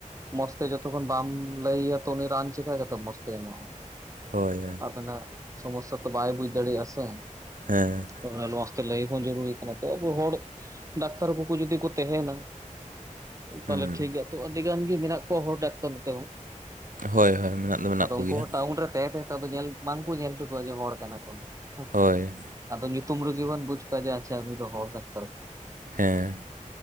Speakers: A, on the right; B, on the right.
A: ᱢᱚᱸᱡᱽ ᱛᱮ ᱡᱚᱛᱚᱠᱷᱚᱱ ᱵᱟᱢ ᱞᱟᱹᱭ ᱟᱭᱟ ᱛᱚ ᱩᱱᱤ ᱨᱟᱱ ᱪᱮᱠᱟ ᱛᱮ ᱢᱚᱸᱡᱽ ᱛᱮ ᱮᱢᱚᱜᱼᱟ ᱾
B: ᱦᱚᱭ ᱦᱚᱭ
A: ᱟᱵᱮᱱᱟᱜ ᱥᱚᱢᱚᱥᱥᱟ ᱛᱚ ᱵᱟᱭ ᱵᱩᱡ ᱫᱟᱲᱮᱭᱟᱜᱼᱟ ᱥᱮ ᱾
B: ᱦᱮᱸ
A: ᱚᱱᱟᱛᱮ ᱞᱟᱹᱭ ᱦᱚᱸ ᱡᱟᱹᱨᱩᱲᱤ ᱠᱟᱱᱟ ᱛᱚ ᱟᱵᱚ ᱦᱚᱲ ᱰᱟᱠᱛᱟᱨ ᱠᱚᱠᱚ ᱡᱩᱫᱤ ᱠᱚ ᱛᱟᱦᱮᱱᱟ
B: ᱦᱩᱸ
A: ᱛᱟᱦᱞᱮ ᱴᱷᱤᱠ ᱟᱜ ᱛᱚ ᱟᱹᱰᱤ ᱜᱟᱱ ᱜᱮ ᱢᱮᱱᱟᱜ ᱠᱚᱣᱟ ᱦᱚᱲ ᱰᱟᱠᱛᱟᱨ ᱱᱚᱛᱮ ᱦᱚᱸ
B: ᱦᱳᱭ
A: ᱾
B: ᱦᱳᱭ ᱢᱮᱱᱟᱜ ᱫᱚ ᱢᱮᱱᱟᱜ
A: ᱟᱫᱚ
B: ᱠᱚᱜᱮᱭᱟ
A: ᱩᱱᱠᱩ ᱦᱚᱸ ᱴᱟᱣᱩᱱ ᱨᱮ ᱛᱟᱦᱮᱸ ᱛᱟᱦᱮᱸ ᱛᱮ ᱧᱮᱞ ᱵᱟᱝᱠᱩ ᱧᱮᱞ ᱦᱚᱪᱚ ᱠᱚᱣᱟ ᱡᱮ ᱦᱚᱲ ᱠᱟᱱᱟ ᱠᱚ ᱾
B: ᱦᱚᱭ
A: ᱟᱫᱚ ᱧᱩᱛᱩᱢ ᱨᱮᱜᱮ ᱵᱚᱱ ᱵᱩᱡ ᱠᱚᱣᱟ ᱡᱮ ᱟᱪᱪᱷᱟ ᱩᱱᱤ ᱫᱚ ᱦᱚᱲ ᱰᱟᱠᱛᱟᱨ ᱾
B: ᱦᱮᱸ